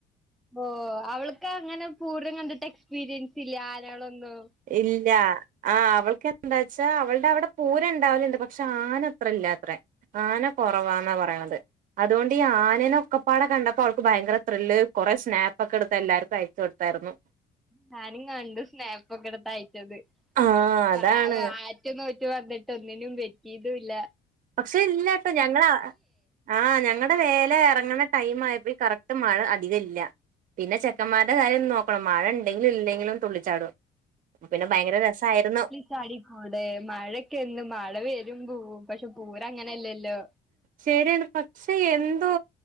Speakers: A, in the centre; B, on the right (about 50°).
A: <unintelligible> അവൾക്ക് അങ്ങനെ പൂരം കണ്ടിട്ട് എക്സ്പീരിയൻസ് ഇല്ല്യ, ആനേളൊന്നും
B: ഇല്ല ആഹ്, അവൾക്കെന്താച്ചാ, അവളുടെ അവിടെ പൂരം ഇണ്ടാവല്ണ്ട്. പക്ഷെ, ആന അത്ര ഇല്ലാത്രേ. ആന കൊറവാന്നാ പറേണത്. അതോണ്ട്, ഈ ആനെനെ ഒക്കപ്പാടെ കണ്ടപ്പോ അവൾക്ക് ഭയങ്കര ത്രില്ല്. കൊറെ സ്നാപ്പക്കെ എടുത്ത് എല്ലാർക്കും അയച്ച് കൊടു ത്താര്ന്നു.
A: ഞാനും കണ്ട്, സ്നാപ്പൊക്കെ ഇട്ത്തയച്ചത്. <unintelligible>
B: ആഹ് അതാണ്
A: ആറ്റ് നോറ്റു വന്നിട്ട് ഒന്നിനും പറ്റീതുംല്ല.
B: പക്ഷെ, ഇല്ലാട്ടോ! ഞങ്ങള ആഹ്, ഞങ്ങളടെ വേല എറങ്ങണ ടൈം ആയപ്പോയ് കറക്റ്റ് മഴ അധികം ഇല്ല. പിന്നെ, ചെ ചെക്കന്മാരുടെ കാര്യം നോക്കണം. മഴ ണ്ടെങ്കിലും ഇല്ലെങ്കിലും തുള്ളിച്ചാടും. പിന്നെ ഭയങ്കര രസമായിരുന്നു.
A: ചാടിക്കൂടെ? മഴൊക്കെ എന്നും, മഴ വരും പോവും പക്ഷെ, പൂരങ്ങനെല്ലല്ലോ?
B: ശെരിയാണ്. പക്ഷേ, എന്തോ